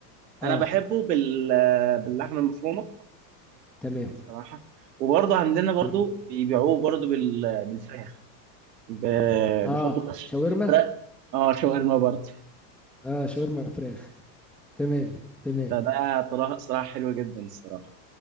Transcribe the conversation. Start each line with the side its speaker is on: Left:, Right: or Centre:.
Centre: اه
Right: انا بحبه بال باللحمه المفرومه
Centre: تمام
Right: الصراحه وبرضه عندنا برضه
Centre: تمام
Right: بيبيعوه برضه بال... بالفراخ ب...
Centre: اه
Right: بيحطوا فراخ
Centre: شاورما
Right: فراخ اه شاورما برضه
Centre: اه شاورما فراخ تمام تمام
Right: فده طرا- صراحه حلوه جدا الصراحه